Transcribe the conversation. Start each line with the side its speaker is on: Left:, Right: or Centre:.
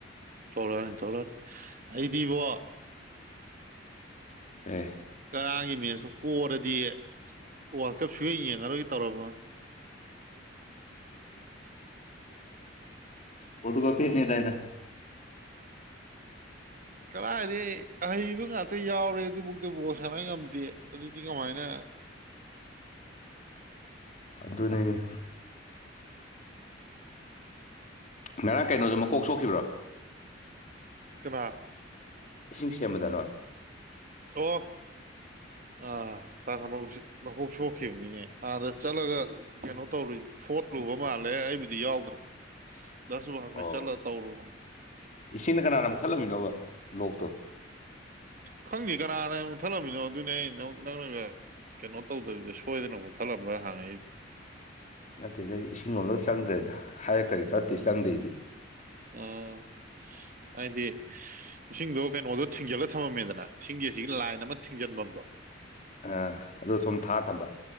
Right: ꯊꯔꯛꯑꯅꯤ ꯊꫭꯔꯛꯑꯅꯤ ꯑꯩꯗꯤ ꯏꯕꯣ
Left: ꯑꯦ
Right: ꯉꯔꯥꯡꯒꯤ ꯃꯦꯠꯁꯇꯨ ꯄꯣꯛꯔꯗꯤ ꯋꯥꯔꯜ ꯀꯞ ꯁꯨꯌꯦꯡ ꯌꯦꯡꯉꯔꯣꯏꯒꯦ ꯇꯧꯔꯝ ꯃꯝ
Left: ꯄꫭꯔꯇꯨꯒꯜ ꯐꯦꯛꯅꯦ ꯗꯥꯏꯅꯦ
Right: ꯀꯔꯥꯏꯗꯩ ꯑꯍꯩꯕ ꯉꯥꯛꯇ ꯌꯥꯎꯔꯦ ꯑꯗꯨꯚꯥꯎꯗ ꯗꯕꯣꯜ ꯁꯥꯟꯅ ꯉꯝꯗꯦ ꯑꯗꯨꯗꯤ ꯀꯃꯥꯏꯅ
Left: ꯑꯗꯨꯅꯤꯅꯦ ꯉꯔꯥꯡ ꯀꯩꯅꯣꯁꯨꯣ ꯃꯀꯣꯛ ꯁꯣꯛꯈꯤꯕ꯭ꯔꯣ
Right: ꯀꯅꯥ
Left: ꯏꯁꯤꯡ ꯁꯦꯝꯕꯗ ꯅꯣꯏ
Right: ꯑꯣ ꯑꯥ ꯇꯥ ꯊꯝꯕꯧ ꯁꯤ ꯃꯀꯣꯛ ꯁꯣꯛꯈꯤꯕꯅꯤꯅꯦ ꯑꯥꯗ ꯆꯠꯂꯒ ꯀꯩꯅꯣ ꯇꯧꯔꯨꯏ ꯐꯣꯠ ꯂꯨꯕ ꯃꯥꯜꯂꯦ ꯑꯩꯕꯨꯗꯤ ꯌꯥꯎꯗ꯭ꯔꯦ ꯗꯥ ꯁꯨꯕꯥꯁ ꯍꯣꯏ
Left: ꯑꯣ
Right: ꯆꯠꯂ ꯇꯧꯔꯨꯕꯅꯦ
Left: ꯏꯁꯤꯡꯅ ꯀꯅꯥꯅ ꯃꯨꯊꯠꯂꯝꯃꯤꯅꯣꯕ ꯂꯣꯛꯇ
Right: ꯈꯪꯗꯦ ꯀꯅꯥꯅ ꯃꯨꯛꯊꯠꯂꯝꯃꯤꯅꯣ ꯑꯗꯨꯅꯦ ꯑꯩ ꯅꯪ ꯅꯪꯅꯒ ꯀꯩꯅꯣ ꯇꯧꯗꯕꯤꯗ ꯁꯣꯏꯗꯅ ꯑꯃꯨꯛ ꯃꯨꯛꯊꯠꯂꯝꯕ꯭ꯔꯥ ꯍꯥꯡꯉꯛꯏꯗꫭ
Left: ꯑꯗꯨꯗꯩ ꯏꯁꯤꯡ ꯂꯣꯝꯗꯒ ꯆꯪꯗ꯭ꯔꯦꯗ ꯍꯥꯏꯔꯛꯇꯗꯤ ꯆꯠꯇꯦ
Right: ꯎꯝ
Left: ꯆꯪꯗꯦ ꯑꯩꯗꯤ
Right: ꯑꯥ ꯍꯥꯏꯗꯤ ꯏꯁꯤꯡꯗꯣ ꯀꯩꯅꯣꯗꯣ ꯊꯤꯡꯖꯤꯜꯂ ꯊꯝꯃꯝꯃꯦꯗꯅ ꯏꯁꯤꯡꯒꯤ ꯑꯁꯤꯒꯤ ꯂꯥꯏꯟ ꯑꯃ ꯊꯤꯡꯖꯤꯟꯐꯝ ꯗꯣ
Left: ꯑ ꯑꯗꯨ ꯁꯨꯝ ꯊꯥ ꯇꯝꯕ